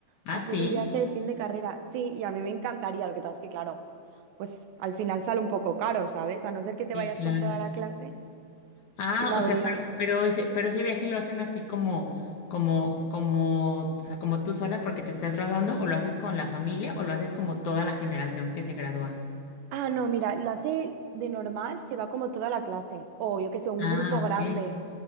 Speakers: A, on the left (about 55°); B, on the right (about 80°).
A: Ah,
B: a hacer
A: sí,
B: el viaje de fin de carrera. Sí, y a mí me encantaría, lo que pasa es que, claro, pues al final sale un poco caro, ¿sabes? A no ser que te
A: sí,
B: vayas
A: claro.
B: con toda la clase,
A: Ah,
B: no habría.
A: o sea, pero, pero ese, pero ese viaje lo hacen así como, como, como, o sea, como tú sola porque te estás graduando, o lo haces con la familia, o lo haces como toda la generación que se gradúa.
B: Ah, no, mira, lo hace de normal, se va como toda la clase, o yo qué sé, un
A: Ah,
B: grupo
A: ok.
B: grande.